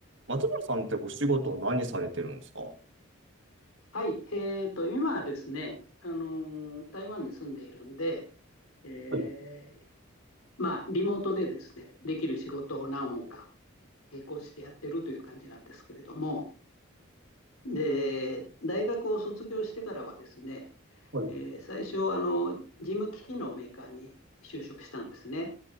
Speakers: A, on the right; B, on the left.
A: 松原さんってお仕事何されてるんですか事
B: はい、えーと、今はですね、あのー台湾に住んでいるんで、えー
A: はい、
B: まあ、リモートでですね、できる仕事を何本か並行してやってるという感じなんですけれども、で、大学を卒業してからはですね、
A: はい。
B: えー最初、あの、事務機器のメーカーに就職したんですね。